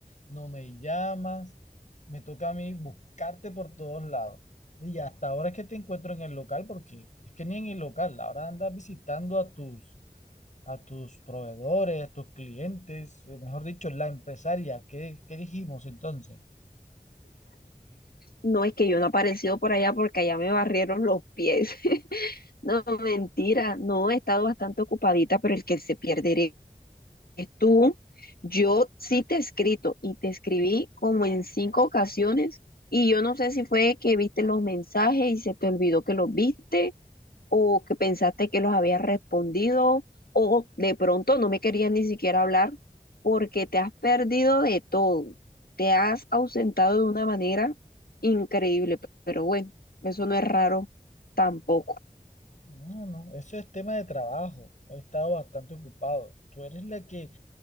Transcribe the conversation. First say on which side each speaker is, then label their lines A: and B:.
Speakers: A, on the left; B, on the left.
A: no me llamas, me toca a mí buscarte por todos lados. Y hasta ahora es que te encuentro en el local porque es que ni en el local, ahora andas visitando a tus a tus proveedores, a tus clientes, eh, mejor dicho, la empresaria. ¿Qué, qué dijimos entonces?
B: No es que yo no he aparecido por allá porque allá me barrieron los pies. <laughs> No, mentira, no, he estado bastante ocupadita, pero el que se pierde eres tú, yo sí te he escrito y te escribí como en cinco ocasiones y yo no sé si fue que viste los mensajes y se te olvidó que los viste o que pensaste que los habías respondido o de pronto no me querías ni siquiera hablar porque te has perdido de todo, te has ausentado de una manera increíble, pero bueno, eso no es raro tampoco.
A: No, no, eso es tema de trabajo. He estado bastante ocupado. Tú eres la que,